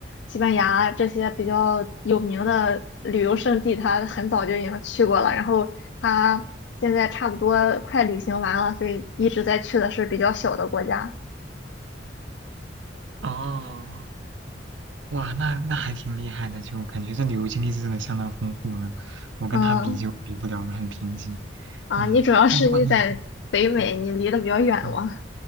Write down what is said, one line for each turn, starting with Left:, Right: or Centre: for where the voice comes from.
Left: 西班牙这些比较有名的旅游胜地，他很早就已经去过了，然后他现在差不多快旅行完了，所以一直在去的是比较小的国家。
Right: 哦，哇，那那还挺厉害的，就感觉这旅游经历是真的相当丰富了，我跟他比就比不了了，
Left: 嗯。
Right: 很贫瘠，
Left: 啊，
Right: 嗯，
Left: 你主要是你在北美，
Right: 但如果你，嗯，嗯
Left: 你离得比较远吗？
Right: 嗯